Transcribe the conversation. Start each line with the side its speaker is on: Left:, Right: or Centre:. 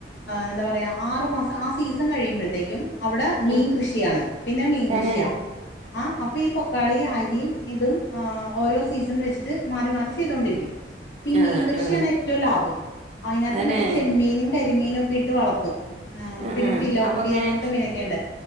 Left: എന്താ പറയാ ആറു മാസം ആ സീസൺ കഴിയുമ്പോഴത്തേക്കും അവിടെ മീൻ
Right: ആ
Left: കൃഷിയാണ് പിന്നെ മീൻകൃഷിയാ
Right: തന്നെ
Left: ആ അപ്പൊ ഇപ്പൊ കളിയും അരിയും ഇതും ഓരോ സീസൺ വെച്ചിട്ട് മാറി മാറി ചെയ്തുകൊണ്ടിരിക്കും ഈ
Right: ആ
Left: മീൻകൃഷിയാണ്
Right: ആ
Left: ഏറ്റവും ലാഭം അതിനകത്ത്
Right: അനെ
Left: മറ്റേ ചെമ്മീനും കരിമീനും ഒക്കെ ഇട്ട് വളർത്തും
Right: ആ
Left: പിന്നെ
Right: ആ
Left: പിലോപ്പി
Right: അപ്പൊ ഇങ്ങനെ
Left: അങ്ങനത്തെ മീനൊക്കെുണ്ട്